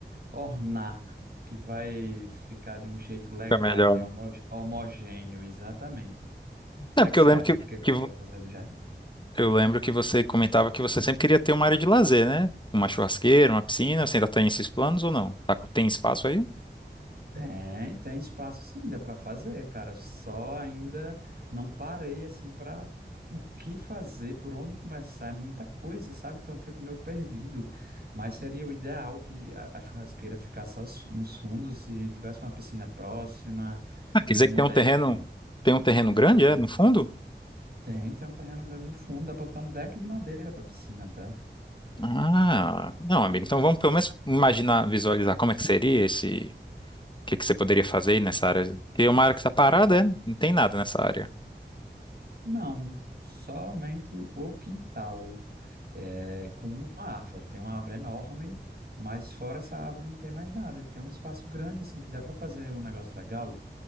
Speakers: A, on the right (about 55°); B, on the left (about 25°).
A: ornar, que vai ficar de um jeito legal
B: fica melhor.
A: ali,
B: né?
A: homo- homogêneo, exatamente. O que
B: É porque
A: é que você
B: eu lembro
A: acha
B: que,
A: do que é que
B: que vo-
A: pode fazer no jardim?
B: eu lembro que você comentava que você sempre queria ter uma área de lazer, né? Uma churrasqueira, uma piscina. Você ainda tem esses planos ou não? Tá com- tem espaço aí?
A: Tem, tem espaço sim, dá para fazer, cara. Só ainda não parei assim para o que fazer, por onde começar, é muita coisa, sabe? Então eu fico meio perdido. Mas seria o ideal que a, a churrasqueira ficasse aos- nos fundos e tivesse uma piscina próxima,
B: Ah, quer
A: com
B: dizer
A: um
B: que tem
A: deck
B: um terreno, tem um terreno
A: de
B: grande,
A: madeira.
B: é, no fundo?
A: Tem, tem um terreno grande no fundo, dá para botar um deck de madeira para piscina até.
B: Ah, não, amigo. Então vamos pelo menos imaginar, visualizar como é que seria esse que que você poderia fazer aí nessa área? Porque uma área que está parada, né? não tem nada nessa área.
A: Não, somente o quintal. é, com uma árvore. Tem uma árvore enorme, mas fora essa árvore não tem mais nada. Tem um espaço grande, assim, que dá para fazer um negócio legal,